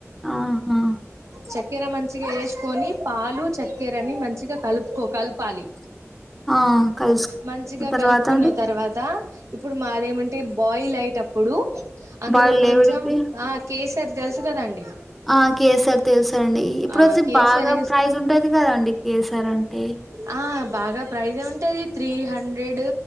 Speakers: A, in the centre; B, on the right.
A: ఆహా!
B: చక్కెర మంచిగా ఏసుకొని పాలు చక్కెరని మంచిగ కలుపుకో కలపాలి
A: ఆ! కలుసు
B: మంచిగా
A: తర్వాత
B: కలుపుకున్న
A: అండి?
B: తర్వాత ఇప్పుడు మాదేమంటే బాయిల్ అయిటప్పుడు అందులో
A: బాయిల్డ్ లేవిడికి?
B: కొంచెం ఆ కేసర్ తెలుసు కదండి
A: ఆ కేసర్ తెలుసండి ఇప్పుడు
B: ఆ
A: అయితే
B: కేసర్
A: బాగా ప్రైజ్ ఉంటది కదాండి కేసర్ అంటే.
B: ఆ బాగా ప్రైజే ఉంటాది త్రీ హండ్రెడ్.